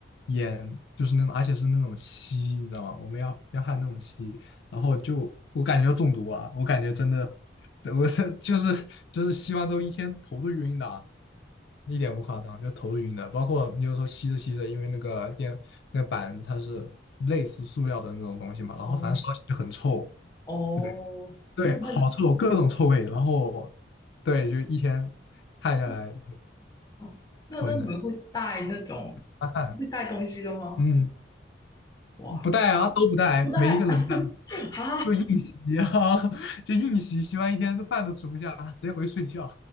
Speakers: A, on the left; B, on the left.
A: 烟，就是那种，而且是那种锡，你知道吗？我们要要焊那种锡，然后就我感觉要中毒啊，我感觉真的，这我这就是就是吸完之后一天头都晕的啊，一点不夸张，就头都晕的。包括你有时候吸着吸着，因为那个电那个板它是类似塑料的那种东西嘛，然后反正烧起来就很臭，
B: 哦哦，
A: 对对，
B: 那那
A: 好臭，各种臭味。然后对，就一天汗下来
B: 那哦，那那你们会带那种
A: 昏的，干汗，
B: 会带东西的吗？
A: 嗯。
B: 哇，
A: 不带啊，都不带，
B: 不带
A: 没一个能带，
B: <laughs> 好，
A: 就硬吸啊，<laughs> 就硬吸，吸完一天饭都吃不下，直接回去睡觉。